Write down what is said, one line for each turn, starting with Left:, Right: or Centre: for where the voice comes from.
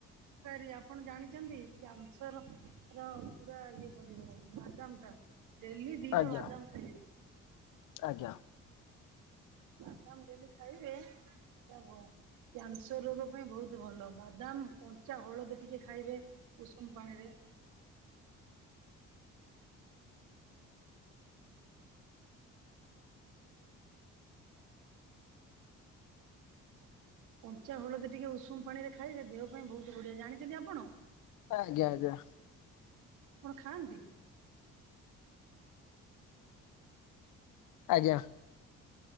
Right: କାରୀ ଆପଣ ଜାଣିଛନ୍ତି? କ୍ୟାନସର ର, ପୁରା ଇଏ କରିବ ବାଦାମ ଟା। ଡେଲି ଦିଟା
Left: ଆଜ୍ଞା
Right: ବାଦାମ ଖାଇବେ।
Left: ଆଜ୍ଞା।
Right: ବାଦାମ ଡେଲି ଖାଇବେ, ବ କ୍ୟାନସର ରୋଗ ପାଇଁ ବହୁତ ଭଲ। ବାଦାମ, କଞ୍ଚା ହଳଦୀ ଟିକେ ଖାଇବେ। ଉଷୁମ ପାଣିରେ କଞ୍ଚା ହଳଦୀ ଟିକେ ଉଷୁମ ପାଣିରେ ଖାଇବେ ଦେହ ପାଇଁ ବହୁତ ବଢିଆ ଜାଣିଛନ୍ତି ଆପଣ?
Left: ଆଜ୍ଞା ଆଜ୍ଞା।
Right: ଆପଣ ଖାଆନ୍ତି?
Left: ଆଜ୍ଞା।